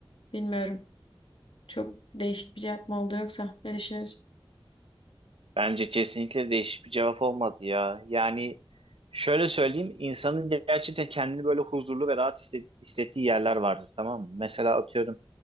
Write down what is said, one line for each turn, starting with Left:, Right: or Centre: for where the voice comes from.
Left: Bilmiyorum. Çok değişik bir cevap mı oldu yoksa? Ne düşünüyorsun?
Right: Bence kesinlikle değişik bir cevap olmadı ya. Yani şöyle söyleyeyim, insanın gerçekten kendini böyle huzurlu ve rahat hisse- hissettiği yerler vardır, tamam mı? Mesela atıyorum